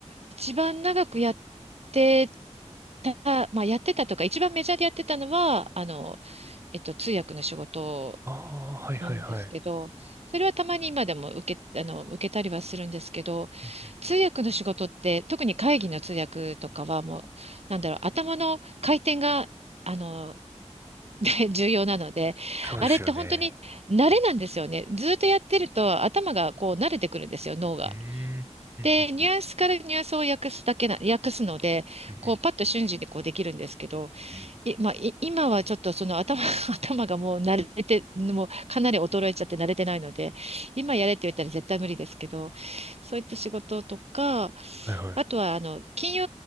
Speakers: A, on the right; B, on the right.
A: 一番長くやってた、まあやってたとか、一番メジャーでやってたのは、あの、えっと、通訳の仕事
B: ああ、はいはいはい。
A: なんですけど、それはたまに今でも受け、あの、受けたりはするんですけど、
B: うんうん
A: 通訳の仕事って、特に会議の通訳とかはもう、なんだろう、頭の回転が、あの、<laughs> 重要なので、
B: そうですよね。
A: あれって本当に慣れなんですよね。ずっとやってると頭がこう慣れてくるんですよ、脳が。
B: うーん。うんうん
A: で、ニュアンスからニュアンスを訳すだけな、訳すので、
B: うんうん
A: こう、パッと瞬時にこうできるんですけど、
B: うん
A: い、まあ、い今はちょっとその頭、<laughs> 頭がもう慣れて、もうかなり衰えちゃって慣れてないので、今やれって言ったら絶対無理ですけど、そういった仕事とか、
B: はいはい。
A: あとは、あの、金融